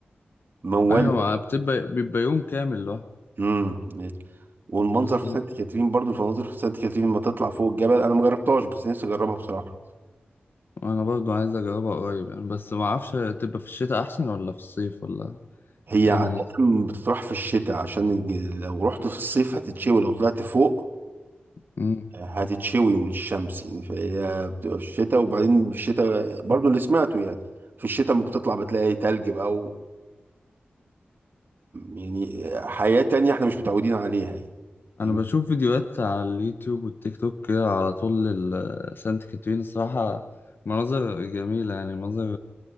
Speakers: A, on the right; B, on the left.
A: موال
B: أيوة بتبقى بيبقى يوم كامل لوحده
A: امم والمنظر
B: بالظبط
A: في سانت كاترين برضو المناظر في سانت كاترين لما تطلع فوق الجبل انا مجربتهاش بس نفسي اجربها بصراحة
B: أنا برضو عايز أجربها قريب يعني بس معرفش تبقى في الشتاء أحسن ولا في الصيف ولا
A: هي
B: إيه
A: عادة
B: دنيتها
A: بتطرح في الشتاء عشان الج- لو رحت في الصيف هتتشوي لو طلعت فوق
B: مم.
A: هتتشوي من الشمس يعني فهي بتبقى في الشتاء وبعدين في الشتاء برضو اللي سمعته يعني في الشتاء ما بتطلع بتلاقي تلج بقى يعني حياة تانية احنا مش متعودين عليها يعني فاهم؟
B: انا بشوف فيديوهات على اليوتيوب والتيك توك كده على طول لل- سانت كاترين الصراحة مناظر جميلة يعني مناظر